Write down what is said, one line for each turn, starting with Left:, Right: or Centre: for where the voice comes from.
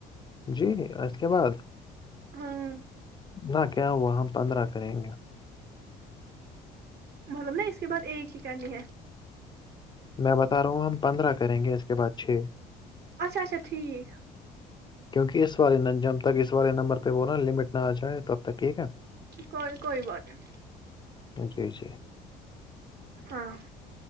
Left: جی اس کے بعد
Right: ہاں
Left: نہ کیا ہوا ہم پندرہ کریں گے
Right: مطلب نا اس کے بعد ایک ہی کرنی ہے
Left: میں بتا رہا ہوں ہم پندرہ کریں گے اس کے بعد چھ
Right: اچھا اچھا ٹھیک
Left: کیوںکہ اسے جب تک اس والے نمبر پہ وہ نا لمٹ نہ آ جائے تو اب تک ٹھیک ہے
Right: کوئی کوئی بات نہیں
Left: جی جی
Right: ہاں